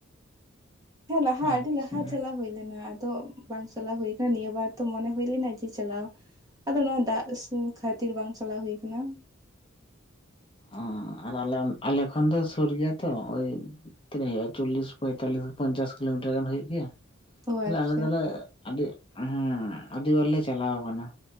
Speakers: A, on the right; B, on the left.
A: ᱦᱮᱸ ᱞᱟᱦᱟ
B: ᱟᱪᱪᱷᱟ
A: ᱟᱹᱰᱤ ᱞᱟᱦᱟ ᱪᱟᱞᱟ ᱦᱩᱭ ᱞᱮᱱᱟ ᱟᱫᱚ ᱵᱟᱝ ᱪᱟᱞᱟᱣ ᱦᱩᱭ ᱟᱠᱟᱱᱟ ᱱᱤᱭᱟᱹ ᱵᱟᱨ ᱛᱚ ᱢᱚᱱᱮ ᱦᱩᱭ ᱞᱮᱱᱟ ᱡᱮ ᱪᱟᱞᱟᱣ ᱟᱫᱚ ᱱᱚᱜ-ᱚᱭ ᱫᱟᱜ ᱠᱷᱟᱹᱛᱤᱨ ᱵᱟᱝ ᱪᱟᱞᱟᱣ ᱦᱩᱭ ᱟᱠᱟᱱᱟ᱾
B: ᱚᱸ ᱟᱨ ᱟᱞᱮ ᱚ ᱟᱞᱮ ᱠᱷᱚᱱ ᱫᱚ ᱥᱩᱨ ᱜᱮᱭᱟ ᱛᱚ ᱳᱭ ᱛᱤᱱᱟᱹᱜ ᱦᱩᱭᱩᱜᱼᱟ ᱪᱚᱞᱞᱤᱥ ᱯᱚᱸᱭᱛᱟᱞᱤᱥ ᱯᱚᱸᱧᱪᱟᱥ ᱠᱤᱞᱳᱢᱤᱴᱟᱨ ᱜᱟᱱ ᱦᱩᱭᱩᱜ ᱜᱮᱭᱟ᱾
A: ᱚ
B: ᱛᱟᱦᱞᱮ
A: ᱟᱪᱪᱷᱟ
B: ᱟᱞᱮ ᱫᱚᱞᱮ ᱟᱹᱰᱤ ᱦᱮᱸ ᱟᱹᱰᱤ ᱵᱟᱨ ᱞᱮ ᱪᱟᱞᱟᱣ ᱠᱟᱱᱟ᱾